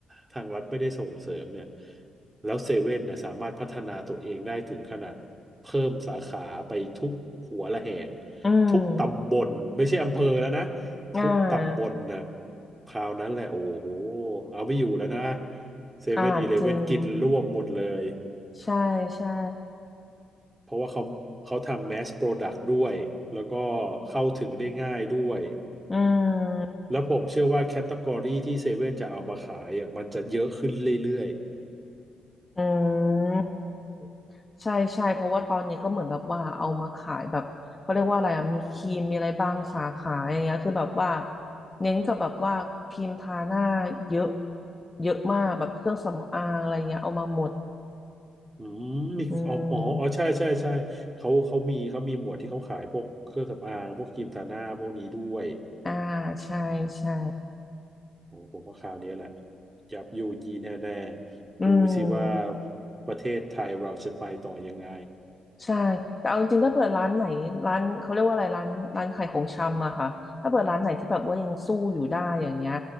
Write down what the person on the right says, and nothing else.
ทางรัฐไม่ได้ส่งเสริมเนี่ยแล้วเซเว่นเนี่ยสามารถพัฒนาตัวเองได้ถึงขนาดเพิ่มสาขาไปทุกหัวระแหง
ทุกตำบลไม่ใช่อำเภอแล้วนะ
ทุกตำบลน่ะคราวนั้นแหละโอ้โหเอาไม่อยู่แล้วนะเซเว่นอีเลเว่นกินรวบหมดเลย
เพราะว่าเขาเขาทำแมสโปรดักต์ด้วยแล้วก็เข้าถึงได้ง่ายด้วย
แล้วผมเชื่อว่าแคตตากรีที่เซเว่นจะเอามาขายอ่ะมันจะเยอะขึ้นเรื่อย
ๆอืมมีอ๋ออ๋ออ๋อใช่ใช่ใช่เขาเขามีเขามีหมวดที่เขาขายพวกเครื่องสำอางพวกครีมทาหน้าพวกนี้ด้วย
โอ้ผมว่าคราวนี้แหละยับยูยีแน่ๆดูสิว่า
ประเทศไทยเราจะไปต่อยังไง